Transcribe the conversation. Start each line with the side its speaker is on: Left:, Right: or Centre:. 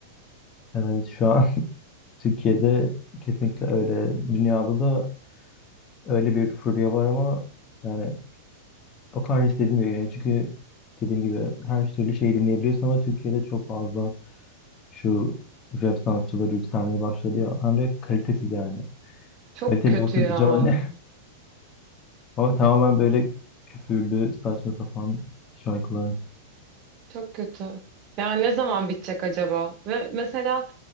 Left: Evet şu an <laughs> Türkiye'de kesinlikle öyle. Dünyada da öyle bir furya var ama yani O kadar hiç dediğim Çünkü dediğim gibi her türlü şeyi dinleyebiliyorsun ama Türkiye'de çok fazla şu rap sanatçıları yükselmeye başladı ya. Hem de kalitesiz yani.
Right: Çok
Left: Kaliteli
Right: kötü
Left: olsa
Right: ya.
Left: diyeceğim hani. <laughs> Ama tamamen böyle küfürlü, saçma sapan şarkılar.
Right: Çok kötü. Yani ne zaman bitecek acaba? Ve mesela